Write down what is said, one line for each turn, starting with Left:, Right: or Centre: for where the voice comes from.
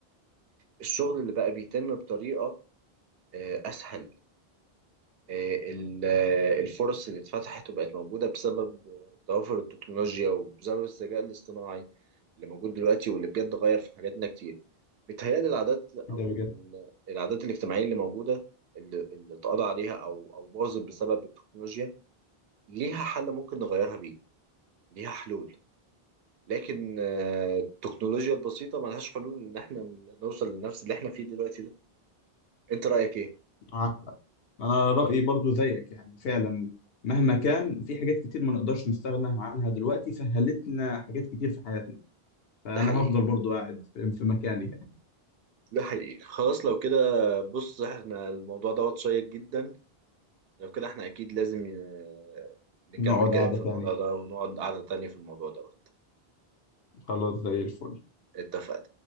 Right: والشغل اللي بقى بيتم بطريقة آه أسهل ال- الفرص اللي اتفتحت وبقت موجودة بسبب توافر التكنولوجيا وبسبب الذكاء الاصطناعي اللي موجود دلوقتي واللي بجد غير في حاجاتنا كتير بيتهيألي العادات
Left: ده
Right: أو
Left: بجد
Right: ال- العادات الاجتماعية اللي موجودة اللي اللي اتقضى عليها أو أو باظت بسبب التكنولوجيا ليها حل ممكن نغيرها بيه ليها حلول لكن آه، التكنولوجيا البسيطة ملهاش حلول إن احنا نوصل لنفس اللي احنا فيه دلوقتي ده أنت رأيك إيه؟
Left: معاك حق. أنا رأيي برضو زيك يعني فعلا مهما كان في حاجات كتير ما نقدرش نستغنى عنها دلوقتي سهلت لنا حاجات كتير في حياتنا فأنا
Right: ده حقيقي
Left: هفضل برضو قاعد في في مكاني هنا
Right: ده حقيقي خلاص لو كده بص احنا الموضوع دوت شيق جدا لو كده احنا اكيد لازم آه، نكمل
Left: نقعد
Right: كلام
Left: قعدة
Right: في
Left: تانية
Right: الموضوع ده ونقعد قعدة تانية في الموضوع دوت
Left: خلاص زي الفل
Right: اتفقنا